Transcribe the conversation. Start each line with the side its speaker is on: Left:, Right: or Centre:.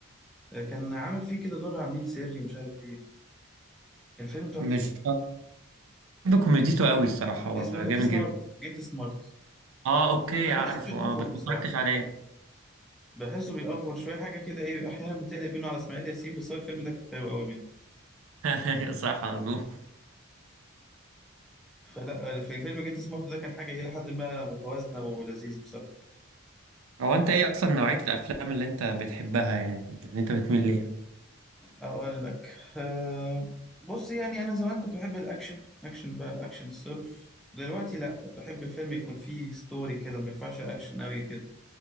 Centre: آه كان عامل فيه كده دور عميل سري ومش عارف ايه كان فيلم تحفة
Right: مش بحب كوميديته قوي الصراحه هو
Centre: اسمه جيت
Right: جامد
Centre: سمارت
Right: جدا
Centre: جيت سمارت
Right: اه اوكي
Centre: انا
Right: عارفه
Centre: بحسه بيأفور
Right: اه بس
Centre: بصراحة
Right: ما اتفرجتش عليه
Centre: بحسه بيأفور شوية حاجة كده ايه احيانا بتقلب بينه على اسماعيل ياسين بس هو الفيلم ده كان حلو قوي منه
Right: <laughs> أيوة، صح مظبوط
Centre: فلا في فيلم جيت سمارت ده كان حاجة الى حد ما متوازنة ولذيذ بصراحة
Right: هو انت ايه اصلا نوعيه الافلام اللي انت بتحبها يعني اللي انت بتميل ليها
Centre: اقول لك أه بص يعني انا زمان كنت بحب الاكشن اكشن بقى الاكشن الصرف دلوقتي لا بحب الفيلم يكون فيه ستوري كده ما ينفعش اكشن قوي كده